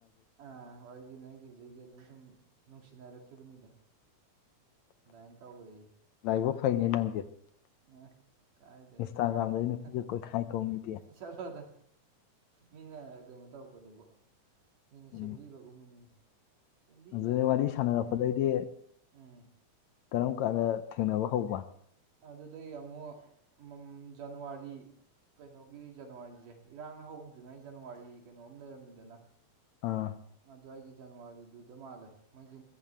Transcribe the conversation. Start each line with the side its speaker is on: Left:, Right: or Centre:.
Right: ꯑꯥ ꯋꯥꯔꯤ ꯂꯤꯅꯒꯤꯕꯗꯒꯤ ꯑꯗꯨꯝ ꯁꯨꯝ ꯅꯨꯡꯁꯤꯅꯔꯛꯈꯤꯕꯅꯤꯗ ꯑꯗꯨꯃꯥꯏꯅ ꯇꯧꯋꯦ
Left: ꯂꯥꯏꯕꯛ ꯐꯩꯅꯦ ꯅꯪꯗꯤ
Right: ꯑꯥ ꯀꯥꯏꯗꯩꯩ
Left: ꯏꯟꯁꯇꯥꯒ꯭ꯔꯥꯝꯗꯒꯤ
Right: ꯀꯥꯏꯗꯦ ꯑꯥ
Left: ꯅꯨꯄꯤꯒ ꯀꯣꯏꯈꯥꯏ ꯀꯣ ꯃꯤꯗꯤ
Right: ꯆꯠꯂꯣꯗ ꯃꯤꯅ ꯀꯩꯅꯣ ꯇꯧꯔꯛꯄꯗꯨꯕꯨ ꯃꯤꯅ
Left: ꯎꯝ
Right: ꯁꯦꯝꯕꯤꯕꯒꯨꯝꯕꯅꯤꯗ ꯁꯦꯝꯕꯤꯕ
Left: ꯑꯗꯨꯗꯩ
Right: ꯍꯣꯏ
Left: ꯋꯥꯔꯤ ꯁꯥꯟꯅꯔꯛꯄꯗꯩꯗꯤ
Right: ꯑꯗꯨꯅꯤ ꯎꯝ
Left: ꯀꯔꯝ ꯀꯥꯟꯗ ꯊꯦꯡꯅꯕ ꯍꯧꯕ
Right: ꯑꯗꯨꯗꯒꯤ ꯑꯃꯨꯛ ꯎꯝ ꯖꯟꯋꯥꯔꯤ ꯀꯩꯅꯣꯒꯤ ꯖꯟꯋꯥꯔꯤꯁꯦ ꯏꯔꯥꯡ ꯍꯧꯗ꯭ꯔꯤꯉꯩ ꯖꯟꯋꯥꯔꯤ ꯀꯩꯅꯣꯝ ꯂꯩꯔꯝꯃꯤꯗꯅꯥ
Left: ꯑꯥ
Right: ꯑꯗꯨꯋꯥꯏꯒꯤ ꯖꯟꯋꯥꯔꯤꯗꯨꯗ ꯃꯥꯜꯂꯦ ꯃꯣꯏꯒꯤ